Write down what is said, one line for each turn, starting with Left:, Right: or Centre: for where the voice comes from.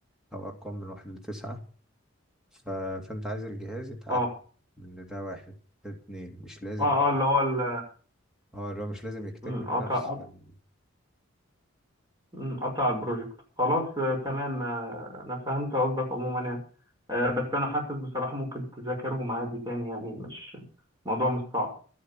Centre: أو أرقام من واحد لتسعة ف... فأنت عايز الجهاز يتعلم
Right: اه
Centre: إن ده واحد ده اتنين مش لازم
Right: اه اه اللي هو ال-
Centre: اه اللي هو مش لازم يكتب
Right: مم،
Centre: لك نفس
Right: قطع
Centre: ال-
Right: مم، قطع البروجكت خلاص آه، تمام آه، انا فهمت قصدك عموما يعني آه، بس انا حاسس بصراحة ممكن تذاكرهم عادي تاني يعني مش موضوع مش صعب